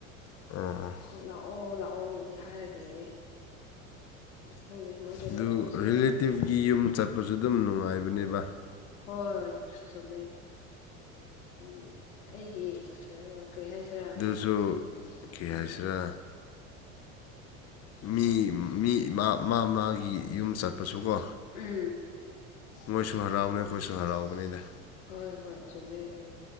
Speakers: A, on the left; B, on the left.
A: <unintelligible>
B: ꯑꯗꯨ ꯂꯥꯛꯑꯣ ꯂꯥꯛꯑꯣꯅꯗꯤ ꯍꯥꯏꯔꯒ ꯂꯩꯌꯦꯦ ꯑꯗꯨ ꯈꯪꯗꯦ ꯃꯣꯏꯗ
A: ꯑꯗꯨ
B: ꯆꯠꯊꯣꯛꯁꯤꯔꯥ
A: ꯔꯤꯂꯦꯇꯤꯞꯒꯤ
B: ꯑꯗꯨꯝ
A: ꯌꯨꯝ ꯆꯠꯄꯁꯨ ꯑꯗꯨꯝ ꯅꯨꯡꯉꯥꯏꯕꯅꯦꯕ
B: ꯍꯣꯏ ꯆꯨꯝꯃꯦ ꯎꯝ ꯑꯩꯒꯤ ꯀꯔꯤ ꯍꯥꯏꯁꯤꯔꯥ
A: ꯣ ꯀ
B: ꯎꯝ
A: ꯍꯥꯏꯁꯤꯔꯥ ꯃꯤ ꯃꯤ ꯃꯥ ꯃꯥꯒꯤ ꯌꯨꯝ ꯆꯠꯄꯁꯨ ꯀꯣ
B: ꯎꯝ
A: ꯃꯣꯏꯁꯨ ꯍꯔꯥꯎꯕꯅꯤ ꯑꯩꯈꯣꯏꯁꯨ ꯍꯔꯥꯎꯕꯅꯤꯗ
B: ꯍꯣꯏ ꯍꯣꯏ ꯆꯨꯝꯃꯦ ꯎꯝ